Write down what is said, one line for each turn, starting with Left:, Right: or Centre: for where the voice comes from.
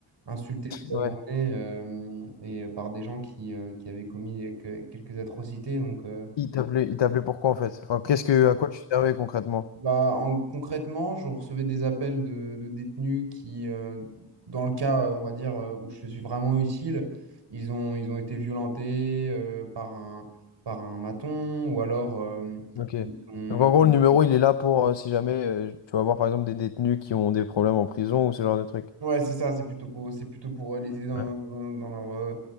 Right: insulter toute la
Left: Ouais.
Right: journée euh, et euh, par des gens qui, euh, qui avaient commis euh, que- quelques atrocités. Donc, euh,
Left: Il t'appelait, il t'appelait pourquoi en fait? Enfin, qu'est-ce que, à quoi tu servais concrètement?
Right: bah, en- concrètement, je recevais des appels de, de détenus qui, euh, dans le cas, euh, on va dire, euh, où je suis vraiment utile, ils ont, ils ont été violentés euh, par un, par un maton ou alors... euh,
Left: Ok.
Right: ils ont-
Left: Donc en
Right: ils-
Left: gros, le numéro, il est là pour euh, si jamais euh, tu vas voir par exemple des détenus qui ont des problèmes en prison ou ce genre de trucs.
Right: Ouais, c'est ça, c'est plutôt pour, c'est plutôt pour euh, les aider dans,
Left: Ouais.
Right: dans- dans leur, euh,